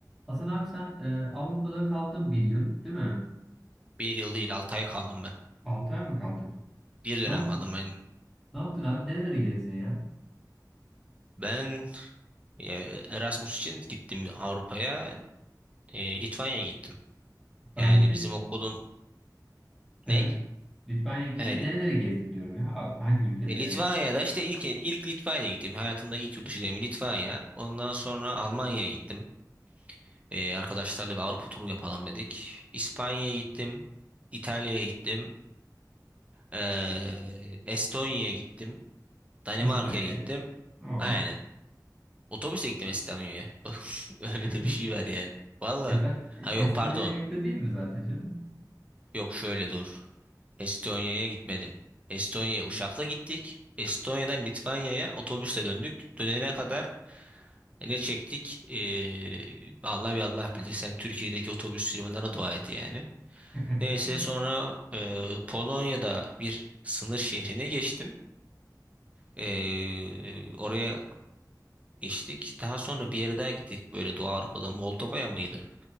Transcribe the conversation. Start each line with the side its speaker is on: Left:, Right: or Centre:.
Centre: Hasan abi sen e, Avrupa'da kaldın bir yıl değil mi?
Right: Bir yıl değil 6 ay kaldım ben.
Centre: 6 ay mı kaldın?
Right: Bir dönem
Centre: Ne yaptın?
Right: kaldım ben.
Centre: Ne yaptın abi? Nerelere gezdin ya?
Right: Ben e, Erasmus için gittim Avrupa'ya. E, Litvanya'ya gittim.
Centre: Litvanya'ya
Right: Yani
Centre: gittin.
Right: bizim okulun
Centre: Evet.
Right: ney?
Centre: Litvanya'ya gittin
Right: Yani,
Centre: de nerelere gezdin diyorum ya. Abi, hangi ülkelere?
Right: Litvanya'da işte ilk ilk Litvanya'ya gittim. Hayatımda ilk yurt dışı deneyimi Litvanya. Ondan sonra Almanya'ya gittim. E, arkadaşlarla bir Avrupa turu yapalım dedik. İspanya'ya gittim. İtalya'ya gittim. E, Estonya'ya gittim. Danimarka'ya
Centre: Estonya'ya.
Right: gittim.
Centre: Oo.
Right: Aynen. Otobüsle gittim İstanbul'a. <laughs> Öyle
Centre: <laughs>
Right: de bir şey var yani. Valla.
Centre: E zaten- e,
Right: Ha yok
Centre: Estonya'ya
Right: pardon.
Centre: yakın değil mi zaten canım?
Right: Yok şöyle dur. Estonya'ya gitmedim. Estonya'ya uçakla gittik. Estonya'dan Litvanya'ya otobüsle döndük. Dönene kadar ne çektik? Ee, Allah bir Allah bilir. Sen Türkiye'deki otobüs firmalarına dua et yani.
Centre: <laughs>
Right: Neyse sonra e, Polonya'da bir sınır şehrine geçtim. Ee, oraya geçtik. Daha sonra bir yere daha gittik. Böyle Doğu Avrupa'da Moldova'ya mıydı?